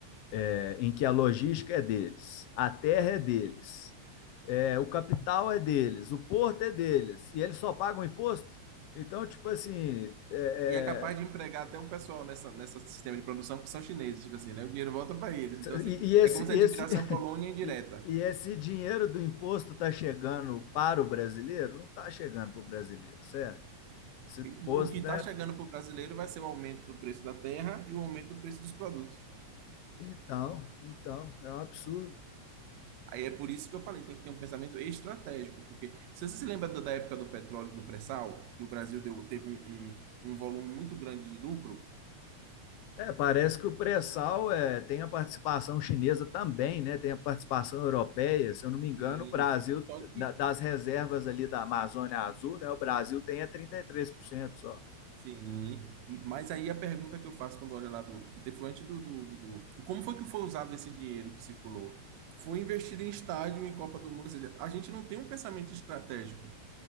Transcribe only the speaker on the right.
E é capaz de
empregar até o pessoal nessa, nessa sistema de produção que são chineses, tipo assim, né? O dinheiro volta para eles. Então, assim,
é como se
a gente virasse
uma colônia indireta.
E O que está
chegando para o brasileiro vai ser o aumento do preço da terra e o aumento do preço dos produtos.
Aí é por isso que eu falei, tem que ter um pensamento estratégico, porque se você se lembra do- da época do petróleo, do pré-sal, que o Brasil deu- teve um, um, um volume muito grande de lucro,
sim,
só que,
sim, e, mas aí a pergunta que eu faço quando olho lá do, que teve foi antes do, do, do, do- como foi que foi usado esse dinheiro que circulou? Foi investido em estádio, em Copa do Mundo, ou seja, a gente não tem um pensamento estratégico.